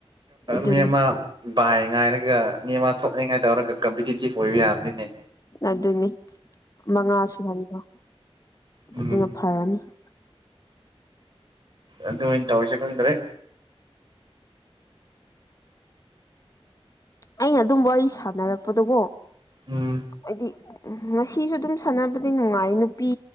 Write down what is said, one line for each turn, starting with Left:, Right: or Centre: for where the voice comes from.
Left: ꯑꯗꯨꯅꯤ
Right: <unintelligible> ꯚꯥꯏ ꯉꯥꯏꯔꯒ ꯃꯤ ꯑꯃ ꯊꯣꯛꯅꯤꯡꯉꯥꯏ ꯇꯧꯔꯒ ꯀꯝꯄꯤꯇꯤꯇꯤꯚ ꯑꯣꯏꯕ ꯌꯥꯕꯅꯤꯅꯦ
Left: ꯑꯗꯨꯅꯤ ꯃꯉꯥ ꯁꯨꯍꯟꯈꯣ
Right: ꯎꯝ
Left: ꯑꯗꯨꯅ ꯐꯔꯅꯤ <inaudible>
Right: ꯑꯗꯨ ꯑꯣꯏꯅ ꯇꯧꯔꯁꯤ ꯈꯪꯗ꯭ꯔꯦ
Left: ꯑꯩꯅ ꯑꯗꯨꯝ ꯋꯥꯔꯤ ꯁꯥꯟꯅꯔꯛꯄꯗꯨꯕꯣ
Right: ꯎꯝ
Left: ꯍꯥꯏꯗꯤ ꯎꯝ ꯉꯁꯤꯁꯨ ꯑꯗꯨꯝ ꯁꯥꯟꯅꯕꯗꯤ ꯅꯨꯡꯉꯥꯏ ꯅꯨꯄꯤ